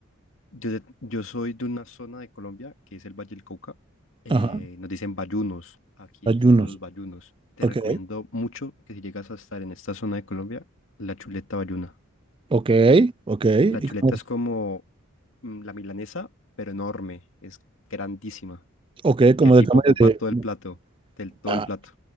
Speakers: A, on the left; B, on the right.
A: Yo, de- yo soy de una zona de Colombia que es el Valle del Cauca. Eh,
B: Ajá.
A: nos dicen bayunos aquí,
B: Ayunos.
A: somos los bayunos. Te
B: Ok.
A: recomiendo mucho que si llegas a estar en esta zona de Colombia, la chuleta bayuna.
B: Ok. Ok.
A: La
B: ¿Y
A: chuleta
B: cómo
A: es
B: es?
A: como mm, la milanesa, pero enorme, es grandísima,
B: Ok, como
A: que tipo
B: del tamaño
A: ocupa
B: de.
A: todo el plato, del, todo
B: Ah,
A: el plato,